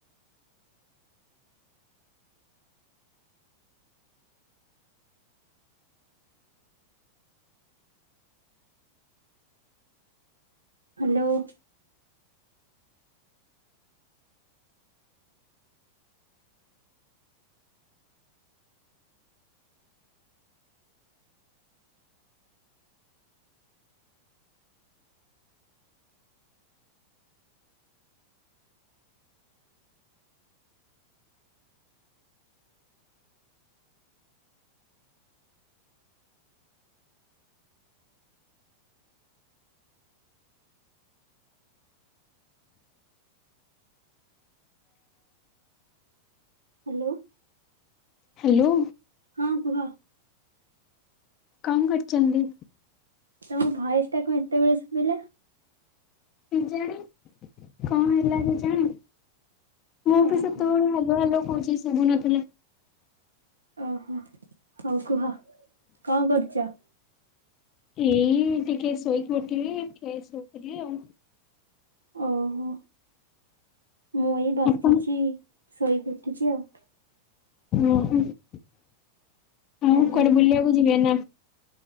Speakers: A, on the right (about 75°); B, on the left (about 35°).
A: hello hello
B: hello
A: ହଁ କୁହ।
B: କଣ କରୁଛନ୍ତି?
A: ତମ ଭୟସଟା କଣ ଏତେବେଳେ ଶୁଭିଲା?
B: କେଜାଣୀ କଣ ହେଲା କେଜାଣୀ। ମୁଁ
A: ଓହୋ।
B: ବି ସେତେବେଳେ ହ୍ୟାଲୋ ହ୍ୟାଲୋ କହୁଛି ସୁବୁ ନଥିଲା।
A: ଓହୋ ହଉ କୁହ କଣ କରୁଛ?
B: ଏଇ ଟିକେ ଶୋଇକି ଉଠିଲି ଟିକେ ଶୋଇଥିଲି ଆଉ।
A: ଓହୋ ମୁଁ ଏଇ ବସିଛି
B: ଆପଣ
A: ଶୋଇକି ଉଠିଛି ଆଉ।
B: ଓହୋ ଉ
A: ଆଜ୍ଞା।
B: କୁଆଡେ ବୁଲିବାକୁ ଯିବେ ନା?